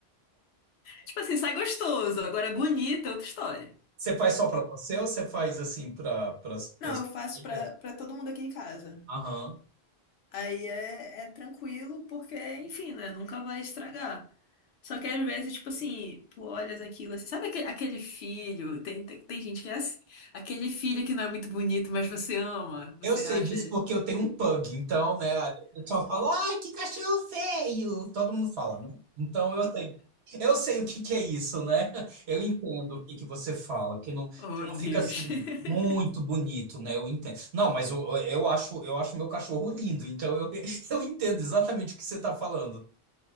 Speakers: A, on the left; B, on the right.
A: Tipo assim, sai gostoso, agora é bonito, é outra história.
B: Você faz só para você ou você faz assim para para para
A: Não,
B: sua
A: eu faço
B: família?
A: pra, pra todo mundo aqui em casa.
B: Aham.
A: Aí é, é tranquilo, porque, enfim, né? Nunca vai estragar. Só que às vezes, tipo assim, tu olhas aquilo assim. Sabe aquele, aquele filho? Tem, tem, tem gente que é assim. Aquele filho que não é muito bonito, mas você ama. Você
B: Eu sei
A: acha,
B: disso porque eu tenho um pug, então, né? aí O pessoal fala, ai, que cachorro feio! Todo mundo fala, né? Então eu sei. Eu sei o que que é isso, né? Eu entendo o que que você fala, que não,
A: oh
B: que não
A: Deus.
B: fica assim
A: <laughs>
B: muito bonito, né? Eu entendo. Não, mas eu, eu acho eu acho meu cachorro lindo, então eu, <laughs> eu entendo exatamente o que você está falando.